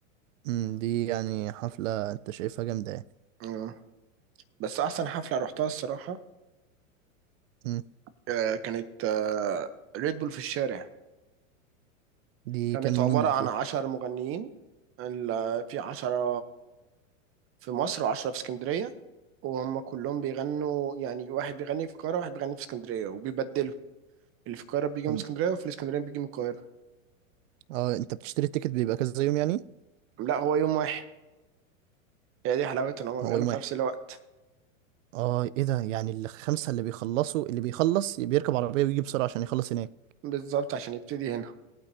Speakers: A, on the right; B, on the right.
A: مم، دي يعني حفلة أنت شايفها جامدة يعني
B: مم. بس احسن حفله رحتها الصراحه
A: مم،
B: آه، كانت ريد بول في الشارع
A: دي
B: كانت
A: كان
B: عبارة
A: مين اللي
B: عن
A: فيها؟
B: عشر مغنيين ال- في عشرة في مصر وعشرة في اسكندرية وهم كلهم بيغنوا يعني واحد بيغني في القاهرة واحد بيغني في اسكندرية وبيبدلوا اللي في القاهرة بيجي من
A: أم-
B: اسكندرية وفي الاسكندرية بيجي من القاهرة
A: اه انت بتشتري التيكت بيبقى كذا يوم يعني
B: لا هو يوم واحد هي دي حلاوتها ان هما بيغنوا
A: هو يوم
B: في
A: واحد
B: نفس الوقت
A: اه ايه ده يعني الخمسة اللي بيخلصوا اللي بيخلص بيركب عربية ويجي بسرعة عشان يخلص هناك
B: بالظبط عشان يبتدي هنا